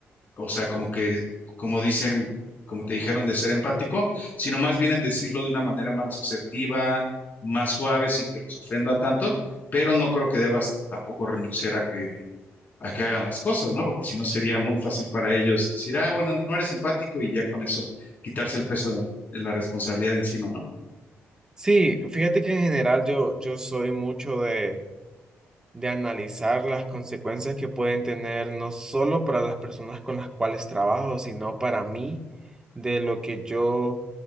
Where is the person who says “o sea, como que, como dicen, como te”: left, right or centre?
Left